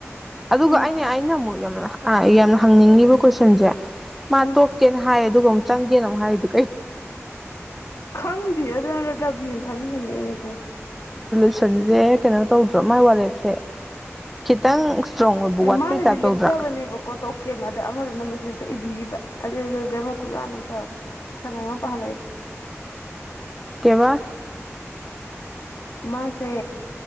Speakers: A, in the centre; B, on the left.
A: ꯑꯗꯨꯒ
B: ꯎꯝ
A: ꯑꯩꯅ ꯑꯩꯅ ꯑꯃꯨꯛ ꯌꯥꯝꯅ ꯑꯥ ꯌꯥꯝꯅ ꯍꯪꯅꯤꯡꯉꯤꯕ ꯀꯣꯏꯁꯟꯁꯦ ꯃꯥ
B: ꯎꯝ
A: ꯇꯣꯛꯀꯦꯅ ꯍꯥꯏꯌꯦ ꯑꯗꯨꯒ ꯆꯪꯒꯦꯅ ꯑꯃ ꯍꯥꯏꯗꯨ
B: ꯈꯪꯗꯦ ꯑꯗꯨꯅꯅ ꯗꯥꯕꯤꯅ ꯊꯥꯕꯤꯕꯅꯦ ꯑꯩ ꯃꯁ
A: ꯇꯨꯁꯟꯁꯦ ꯀꯩꯅꯣ ꯇꯧꯗ꯭ꯔꯣ ꯃꯥꯏ ꯋꯥꯔꯦꯞꯁꯦ ꯈꯤꯇꯪ ꯏꯁꯇ꯭ꯔꯣꯡ ꯑꯣꯏꯕ ꯋꯥꯠꯄꯩ
B: ꯃꯥꯅꯗꯤ
A: ꯇꯥꯏꯞ ꯇꯧꯗ꯭ꯔꯥ
B: ꯂꯦꯞꯆꯕꯅꯦꯕꯀꯣ ꯇꯣꯀꯦꯅ ꯑꯗ ꯑꯃꯗꯅ ꯃꯦꯁꯦꯁꯇ ꯏꯕꯤ ꯑꯗ ꯑꯗꯨ ꯭ꯔꯃꯄꯨꯂꯥꯟꯅ ꯇ ꯁꯉꯦꯡꯉ ꯄꯍꯂꯗ
A: ꯀꯕ
B: ꯃꯥꯁꯦ